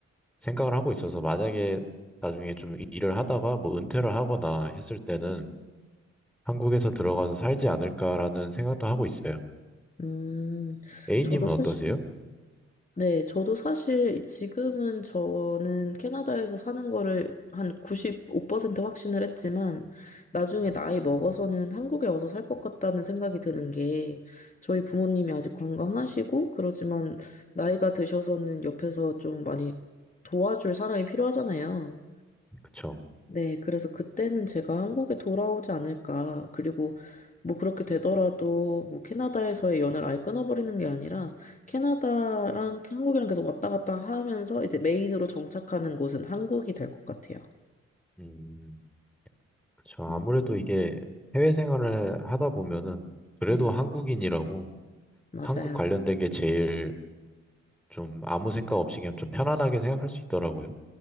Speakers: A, in the centre; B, on the left.
A: 생각을 하고 있어서 만약에 나중에 좀 일을 하다가 뭐 은퇴를 하거나 했을 때는 한국에서 들어가서 살지 않을까라는 생각도 하고 있어요.
B: 음,
A: A님은
B: 저도 사실,
A: 어떠세요?
B: 네, 저도 사실 지금은 저는 캐나다에서 사는 거를 한 95% 확신을 했지만 나중에 나이 먹어서는 한국에 와서 살 것 같다는 생각이 드는 게 저희 부모님이 아직 건강하시고 그러지만 나이가 드셔서는 옆에서 좀 많이 도와줄 사람이 필요하잖아요.
A: 그쵸.
B: 네, 그래서 그때는 제가 한국에 돌아오지 않을까. 그리고 뭐 그렇게 되더라도 뭐 캐나다에서의 연애를 아예 끊어버리는 게 아니라 캐나다랑 한국이랑 계속 왔다 갔다 하면서 이제 메인으로 정착하는 곳은 한국이 될 것 같아요.
A: 음, 그쵸. 아무래도
B: 음,
A: 이게 해외 생활을 하다 보면은 그래도
B: 네,
A: 한국인이라고
B: 맞아요.
A: 한국 관련된 게 제일 좀 아무 생각 없이 그냥 좀 편안하게 생각할 수 있더라고요.